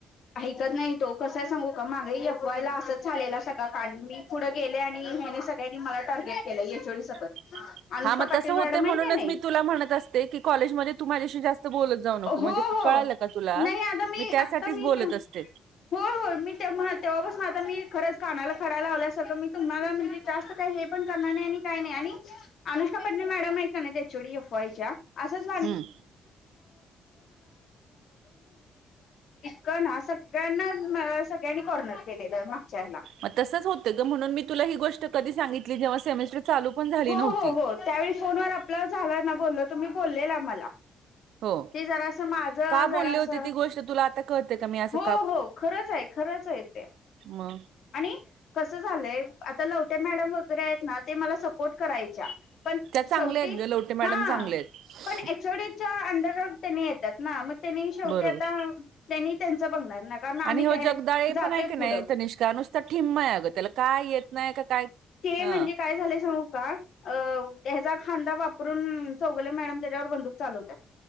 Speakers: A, on the left; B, on the right.
A: ऐकत नाही तो कसाय सांगू मागे एफवाय ला असंच. झालेला सगळा पण मी पुढे गेले आणि ह्याने सगळ्यांनी मला टार्गेट <unintelligible>
B: <unintelligible>
A: अनुष्का
B: हा मग
A: पाटील
B: तसं होते.
A: मॅडम
B: म्हणूनच
A: आहे का नाही
B: मी तुला म्हणत असते, की कॉलेजमध्ये तु माझ्याशी जास्त बोलत जाऊ नको
A: हो
B: म्हणजे
A: हो
B: कळायला तुला
A: नाही आता
B: मी त्यासाठीच
A: आता मी
B: बोलत
A: ते
B: असते.
A: होय होय मी तेव्हा तेव्हापासून आता मी खरंच कानाला खडा लावल्यासारखं मी तुम्हाला म्हणजे जास्त काय हे, पण करणार नाही आणि काय नाही. आणि अनुष्का पडणे मॅडम आहेत काय नाही एचओडी एफवाय च्या असंच
B: हम्म
A: क ना सगळ्यांना सगळ्यांनी कॉर्नर केलेलं. मागच्या ह्याला
B: मग तसंच होतं ग म्हणून, मी तुला ही गोष्ट कधी सांगितली जेव्हा सेमेस्टर चालू पण झाली
A: हो
B: नव्हती.
A: हो हो त्यावेळी फोन वर आपलं झालं. ना बोललो तुम्ही बोललेला मला
B: हो
A: ते जरा अस माझ जरा
B: का बोलले होते
A: अस
B: ती गोष्ट तुला आता कळते का मी असं
A: हो हो खरंच आहे. खरंच य तेे
B: म
A: आणि कस झालंय. आता लवते मॅडम वगैरे आहेत. ना ते मला सपोर्ट करायच्या पण
B: त्या चांगल्या
A: शेवटी
B: आहेत ग लवटे मॅडम
A: हा
B: चांगले आहेत
A: पण एचओडीच्या अंडरवर त्यांनी येतात. ना मग त्यांनी शेवटी
B: बरोबर
A: आता त्यांनी त्यांच बघणार ना कारण आम्ही
B: आणि हो
A: काय
B: जगदाळे
A: जातोय
B: पण आहे. का नाय
A: पुढं
B: तनिष्का नुसत ठिम्म आहे अगं त्याला काय येत नाही. का काय
A: ते
B: हा
A: म्हणजे काय झालंय सांगू का अ त्याचा खांदा वापरून चौगले मॅडम त्याच्यावर बंदूक चालवतात.